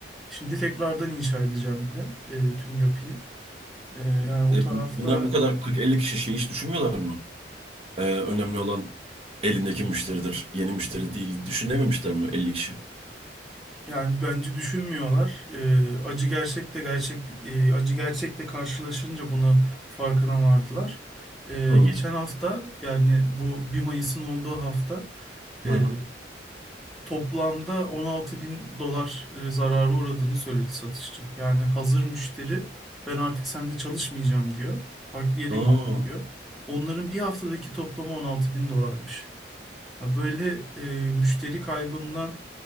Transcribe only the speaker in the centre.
Şimdi tekrardan inşa edeceğim bir de e, tüm yapıyı. Ee, yani
o tarafta
yani bence düşünmüyorlar. Ee, acı gerçekte gerçek e, acı gerçekte karşılaşınca buna farkına vardılar. Ee,
geçen hafta yani bu bir Mayıs'ın olduğu hafta e,
toplamda 16 bin dolar e, zarara uğradığını söyledi satışçı. Yani hazır müşteri ben artık sende çalışmayacağım diyor. Farklı yere
gittim diyor. Onların bir haftadaki toplamı 16 bin dolarmış. Ha, Böyle e, müşteri kaybından